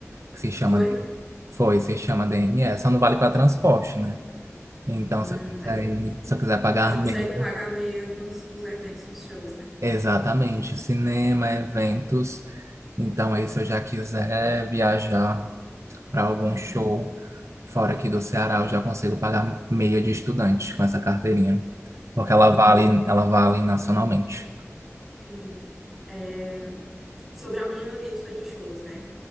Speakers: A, on the right; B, in the centre.
A: que se chama,
B: Foi?
A: D- foi, se chama DNE, só não vale para transporte, né? Então,
B: Hum,
A: se eu quiser,
B: mas,
A: ir- se eu quiser pagar
B: mas consegue
A: meia,
B: pagar meia nos, nos eventos, nos shows, né?
A: exatamente, cinema, eventos. Então, aí, se eu já quiser
B: Hum,
A: viajar para algum
B: uhum.
A: show fora aqui do Ceará, eu já consigo pagar meia de estudante com essa carteirinha, porque ela
B: Entendi,
A: vale, ela vale nacionalmente.
B: entendi. É, sobre a minha lista de shows, né?